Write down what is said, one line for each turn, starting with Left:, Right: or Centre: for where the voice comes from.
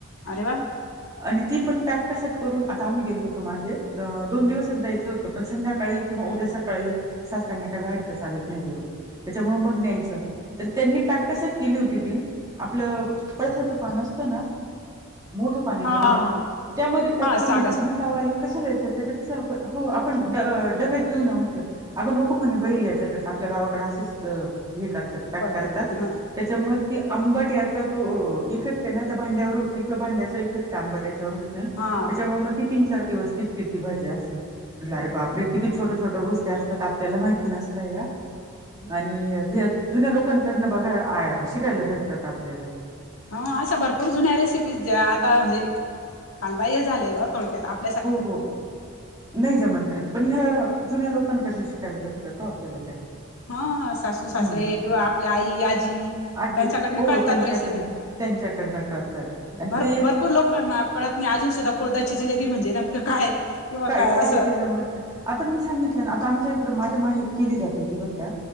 Left: अरे वा
Right: आणि ती पण पॅक कशात करून आता आम्ही गेलो होतो मागे अ दोन दिवसच जायचं होतं संध्याकाळी किंवा उद्या सका काळी सासऱ्यांना काही बाहेरच चालत नाही जेवण त्याच्यामुळे मग
Left: हम्म
Right: न्यायचं तर त्यांनी पॅक कशात केली होती ती आपलं पळसाच पान असत ना मोठ पान येतं
Left: हा हा
Right: बघा
Left: हा
Right: त्यामध्ये पॅक
Left: हा
Right: केली
Left: सागा
Right: म्हटलं
Left: सागा
Right: आओ आई कस लहायचं त्याच्यापेक्षा आपण हो आपण ड डब्यात घेऊ ना मग अ नको म्हणे बरी याच्यात आपल्या गावाकडे असेच हे करतात पॅक
Left: पद्धती
Right: करतात.
Left: हा
Right: त्याच्यामुळे ती आंबट याचा तो इफेक्ट आहे ना त्या भांड्यावर होत नाही किंवा भांड्याचा इफेक्ट त्या आंबट्याच्यावर होत नाही.
Left: हा.
Right: त्याच्यामुळे मग ती तीन चार दिवस टिकते ती भाजी असं
Left: हम्म
Right: अर बापरे किती छोट्या छोट्या गोष्ट असतात आपल्याला माहिती नसत या
Left: हम्म हम्म.
Right: आणि जे जुन्या लोकांकडनं बघा शिकायला भेटतात आपल्याला
Left: हो अशा भरपूर जुन्या रेसिपीज द्या आता म्हणजे कालबाह्य झाले ब थोडक्यात आप
Right: हो हो नाही जमत नाही पण ह्या जुन्या लोकांकडे शिकाला भेटतातो आपल्याला त्या
Left: हा सासू सासरे
Right: हम्म
Left: किंवा आपल्या आई आजी
Right: आजी
Left: त्यांच्याकडन
Right: हो
Left: कळतात
Right: त्यांच्याकडन
Left: रेसिपी
Right: त्यांच्याकडनं कळतात आणि
Left: भ
Right: ते
Left: भरपूर लोक कळत नाही अजून सुद्धा कुळददाची जिलेबी म्हणजे नेमकं काय किंवा
Right: काय काय
Left: असं
Right: य ते जमत नाही आता मी सांगितलं ना आता आमच्या इकड माझ्या माहेरी केली जाते ती बर का